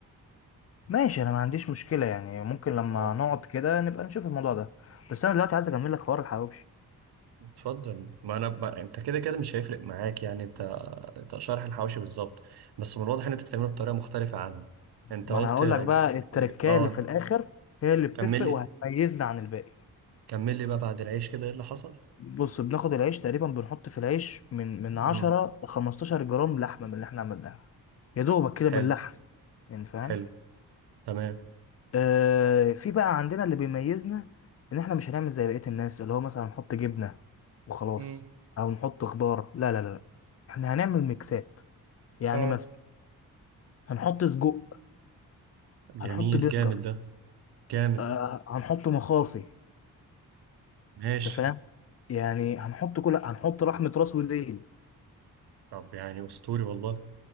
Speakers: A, on the left; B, on the right.
A: ماشي انا ما عنديش مشكلة يعني ممكن لما
B: اه
A: نقعد كده نبقى نشوف الموضوع ده بس انا دلوقتي عايز اكمل لك حوار الحواوشي
B: اتفضل ما انا ما... انت كده كده مش هيفرق معاك يعني انت شرح الحواشي بالظبط بس من الواضح ان انت بتعمله بطريقه مختلفه عني انت
A: ما
B: قلت
A: انا هقول
B: ج-
A: لك بقى التركايه
B: ج- اه
A: اللي في الاخر هي اللي بتفرق
B: كمل لي
A: وهتميزنا عن الباقي
B: كمل لي بقى بعد العيش كده ايه اللي حصل
A: بص بناخد العيش تقريبا بنحط في العيش من من 10
B: امم
A: ل 15 جرام لحمة من اللي احنا عملناها يا دوبك كده
B: حلو
A: بنلحس يعني فاهم
B: حلو تمام
A: آه، في بقى عندنا اللي بيميزنا ان احنا مش هنعمل زي بقية الناس اللي هو مثلا نحط جبنة وخلاص
B: امم
A: او نحط خضار لا لا لا لا. احنا هنعمل ميكسات يعني
B: اه
A: مثلا هنحط سجق هنحط
B: جميل
A: برجر
B: جامد ده جامد
A: آه هنحط مخاصي
B: ماشي
A: انت فاهم يعني هنحط كل هنحط لحمة راس وديل
B: طب يعني اسطوري والله